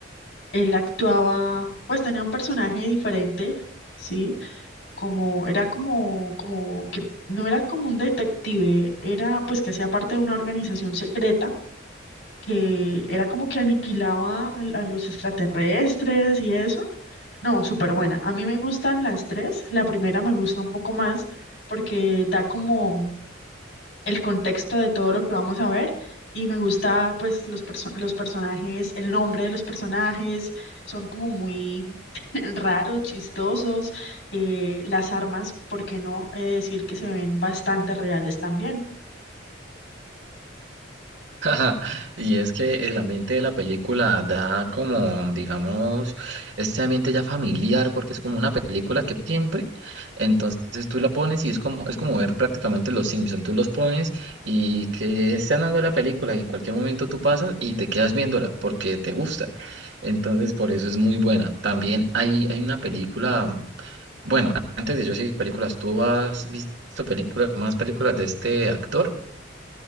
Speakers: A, on the left (about 65°); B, on the right (about 65°).
A: él actuaba, pues tenía un personaje diferente. Sí, como, era como, como que no era como un detective, era pues que hacía parte de una organización secreta que era como que aniquilaba al- a, los extraterrestres y eso. No, súper buena. A mí me gustan las tres. La primera me gusta un poco más porque da como el contexto de todo lo que vamos a ver. Y me gusta pues los, perso- los personajes, el nombre de los personajes, son como muy raros, chistosos, eh, las armas, ¿por qué no eh, decir que se ven bastante reales también?
B: <laughs> Ajá, Y es que el ambiente de la película da como, digamos, este ambiente ya familiar, porque es como una película que siempre, entonces tú la pones y es como, es como ver prácticamente Los Simpson, tú los pones y que están dando la película y en cualquier momento tú pasas y te quedas viéndola porque te gusta. Entonces, por eso es muy buena. También hay, hay una película, bueno, antes de yo seguir películas, ¿tú has visto películas, más películas de este actor?